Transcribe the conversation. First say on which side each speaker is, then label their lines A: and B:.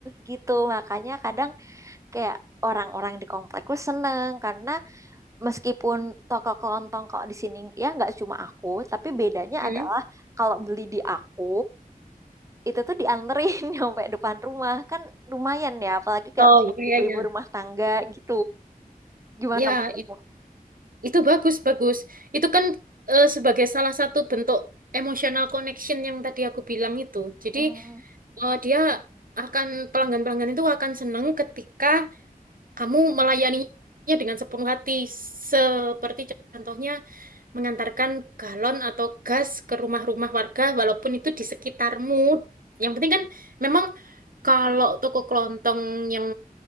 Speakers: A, on the right; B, on the right.
A: gitu. Makanya kadang kayak orang-orang di komplekku seneng karena meskipun toko kelontong kok di sini ya nggak cuma aku, tapi bedanya
B: Mm-mm.
A: adalah kalau beli di aku itu tuh dianterin <laughs> nyampe depan rumah kan lumayan ya apalagi kayak
B: Oh
A: mungkin
B: iya iya
A: ibu-ibu
B: iya.
A: rumah tangga gitu gimana
B: Ya,
A: menurutmu?
B: Itu bagus, bagus. Itu kan eh, sebagai salah satu bentuk emotional connection yang tadi aku bilang itu. Jadi
A: Hmm,
B: eh, dia akan pelanggan-pelanggan itu akan senang ketika kamu melayaninya dengan sepenuh hati, seperti contohnya mengantarkan galon atau gas ke rumah-rumah warga, walaupun itu di sekitarmu. Yang penting kan memang kalau toko kelontong yang